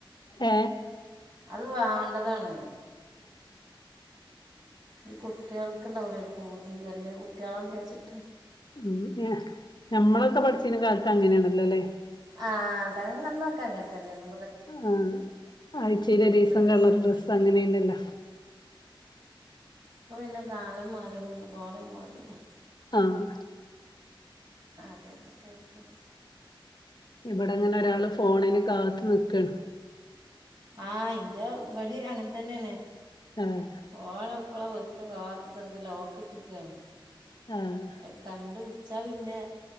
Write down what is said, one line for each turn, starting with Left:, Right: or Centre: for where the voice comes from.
Left: ഏ
Right: അത് വേണ്ടതണ് ഈ കുട്ടികൾക്കുണ്ടാവില്ലേ ഒരു പൂതി വല്ല്യ കുട്ടികളാണന്ന് വിചാരിച്ച്
Left: ഉം ഞാ ഞമ്മളൊക്കെ പഠിച്ചീനെ കാലത്ത് അങ്ങനെയാണല്ലോല്ലേ
Right: ആ അതായത് നമ്മക്കങ്ങനെ തന്നേന്നു
Left: ആ ആഴ്ച്ചയിലൊരീസം
Right: ദിവസം
Left: കളർ ഡ്രസ് അങ്ങിനേന്യല്ലോ
Right: ഇപ്പൊ പിന്നെ കാലം മാറിയത് കൊണ്ട് കോലം മാറില്ലേ
Left: ആഹ്
Right: അതെ <unintelligible>
Left: ഇവിടെ അങ്ങനെ ഒരാള് ഫോണിന് കാത്തു നിക്കേണ്.
Right: ആ ഇന്റെ ഇപടെയും അങ്ങനെ തന്നെയാണ്
Left: ആഹ്
Right: ഓള് എപ്പളാ വെക്കാ കാ ഇപ്പൊ തൽക്കാല ലോക്ക് ഇട്ടിക്കാണ്
Left: ആഹ്
Right: അഹ് കണ്ടുപിട ച്ചാ പിന്നെ